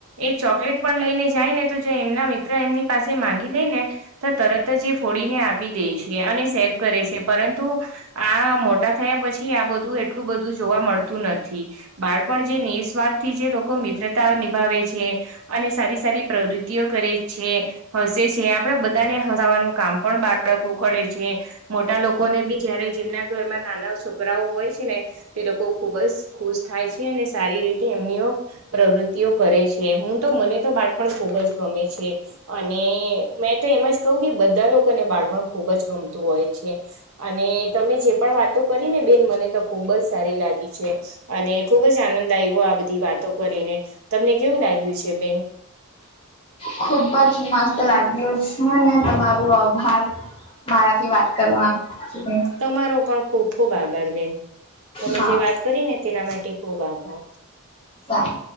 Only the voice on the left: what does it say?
ખુબ જ મસ્ત લાગ્યુ ને તમારું આ ભાર મારાથી વાત કરવાને
હા
સારુ.